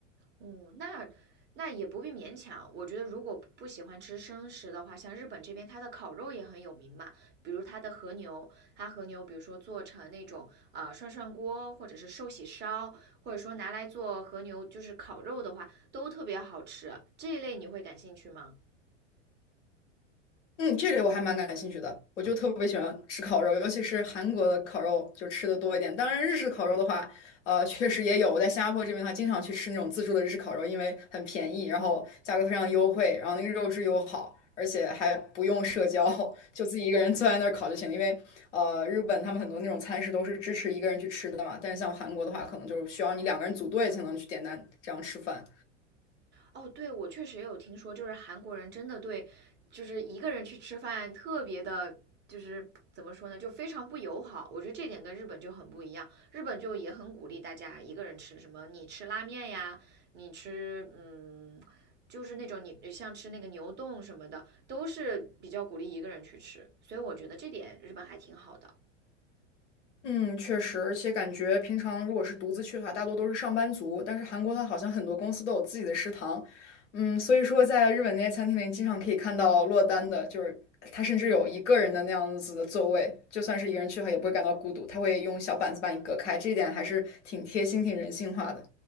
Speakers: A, on the right (about 30°); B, on the left (about 70°).
A: 嗯，那那也不必勉强。我觉得如果不喜欢吃生食的话，像日本这边它的烤肉也很有名嘛，比如它的和牛，它和牛比如说做成那种呃涮涮锅，或者是寿喜烧，或者说拿来做和牛就是烤肉的话，都特别好吃。这一类你会感兴趣吗？
B: 嗯，这类我还蛮感兴趣的，我就特别喜欢吃烤肉，尤其是韩国的烤肉，就吃的多一点。当然，日式烤肉的话，呃，确实也有。我在新加坡这边的话，经常去吃那种自助的日式烤肉，因为很便宜，然后价格非常优惠，然后那个肉质又好，而且还不用社交，<laughs> 就自己一个人坐在那儿烤就行了。因为呃，日本他们很多那种餐食都是支持一个人去吃的嘛，但是像韩国的话，可能就是需要你两个人组队才能去点单这样吃饭。
A: 哦，对，我确实也有听说，就是韩国人真的对，就是一个人去吃饭特别的，就是怎么说呢，就非常不友好。我觉得这点跟日本就很不一样，日本就也很鼓励大家一个人吃，什么你吃拉面呀，你吃嗯，就是那种你像吃那个牛丼什么的，都是比较鼓励一个人去吃。所以我觉得这点日本还挺好的。
B: 嗯，确实，而且感觉平常如果是独自去的话，大多都是上班族。但是韩国它好像很多公司都有自己的食堂，嗯，所以说在日本那些餐厅里，经常可以看到落单的，就是他甚至有一个人的那样子的座位，就算是一个人去的话，也不会感到孤独，他会用小板子把你隔开，这一点还是挺贴心、挺人性化的。